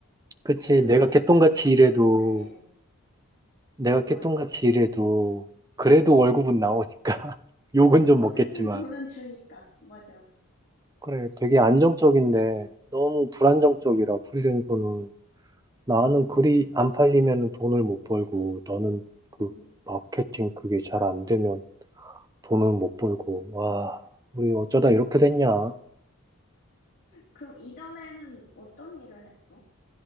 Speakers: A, on the right; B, on the left.
A: 그치.
B: 별로
A: 내가
B: 걱정이
A: 개똥같이
B: 없었는데,
A: 일해도, 내가 개똥같이
B: 맞아. 어,
A: 일해도, 그래도 월급은 나오니까. <laughs> 욕은
B: 맞아.
A: 좀
B: 어쨌든
A: 먹겠지만.
B: <laughs> 돈은 주니까. 맞아.
A: 그래, 되게 안정적인데, 너무 불안정적이라,
B: 음,
A: 프리랜서는. 나는
B: 음,
A: 글이
B: 맞아.
A: 안 팔리면 돈을 못 벌고, 너는 그
B: 음,
A: 마케팅 그게 잘 안 되면 돈을 못 벌고, 와, 우리 어쩌다
B: 맞아.
A: 이렇게 됐냐?
B: 그럼 이전에는 어떤 일을 했어?